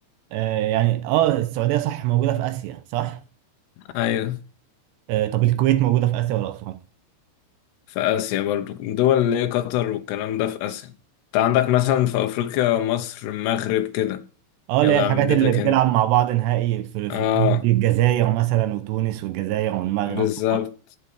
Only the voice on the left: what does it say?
ايوه
في اسيا برضو دول اللي هي قطر والكلام ده في اسيا انت عندك مثلا في افريقيا مصر المغرب كده
يلا
يا عم اديتك
انت
اه
بالظبط